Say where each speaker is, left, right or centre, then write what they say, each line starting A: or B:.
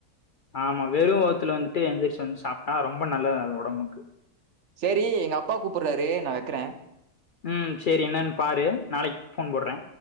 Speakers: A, on the left; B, on the right.
A: ஆமா வெரு வவுத்துல வந்துட்டு எந்திரிச்சு வந்து சாப்ட்டா ரொம்ப நல்லது அது ஒடம்புக்கு
B: சேரி எங்க அப்பா கூப்புர்றாரு நா வெக்கறே
A: ம் சேரி என்னன் பாரு நாளைக் ஃபோன் போட்றே